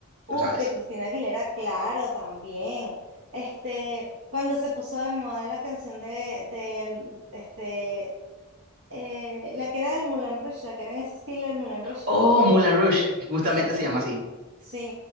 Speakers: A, on the right (about 60°); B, on the right (about 40°).
A: uf,
B: tú sabes.
A: de Cristina Aguilera, claro, también, este, cuando se puso de moda la canción de, del, este, eh, la que era del Moulin Rouge, la que era en ese estilo del Moulin Rouge,
B: Oh, Moulin Rouge, justamente
A: o sea,
B: se llama así.
A: sí,